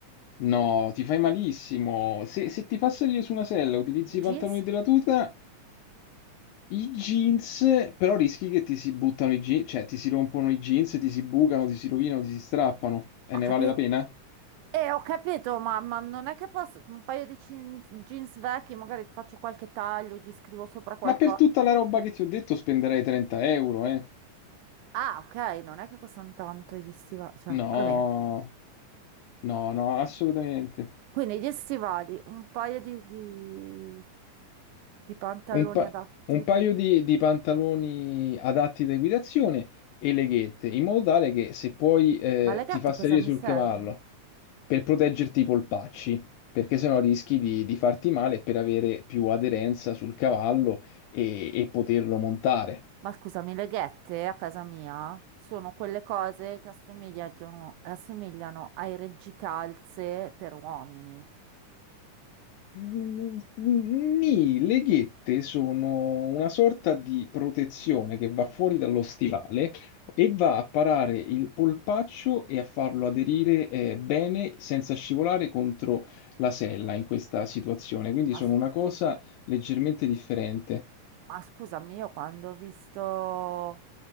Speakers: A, on the left; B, on the right.
A: No, ti fai malissimo. Se, se ti fa salire su una sella, utilizzi
B: I jeans?
A: i pantaloni della tuta, i jeans, però rischi che ti si buttano i jeans, cioè ti si rompono i jeans, ti si bucano, ti si rovinano, ti si strappano. E
B: Ho
A: ne
B: capito,
A: vale la pena?
B: eh, ho capito, ma, ma non è che posso, un paio di cin- jeans vecchi, magari faccio qualche taglio, gli scrivo sopra qualcosa.
A: Ma per tutta la roba che ti ho detto spenderei 30 euro, eh?
B: Ah, ok, non è che costano tanto gli stivali, cioè,
A: No,
B: va bene.
A: no, no, assolutamente.
B: Quindi gli stivali, un paio di, di- di pantaloni
A: Un, pa-
B: adatti
A: un paio
B: per...
A: di, di pantaloni adatti da equitazione e leghette, in modo tale che se puoi eh,
B: Ma le ghette
A: ti fa
B: cosa
A: salire
B: mi
A: sul
B: servono?
A: cavallo per proteggerti i polpacci, perché sennò rischi di, di farti male per avere più aderenza sul cavallo e, e poterlo montare.
B: Ma scusami, le ghette a casa mia sono quelle cose che assomigliano, assomigliano ai reggicalze per uomini.
A: Mm, Nì, le ghette sono una sorta di protezione che va fuori dallo stivale e va a parare il polpaccio e a farlo aderire eh, bene senza scivolare contro la sella in questa situazione. Quindi
B: Ma,
A: sono
B: s-
A: una cosa leggermente differente.
B: ma scusami, io quando ho visto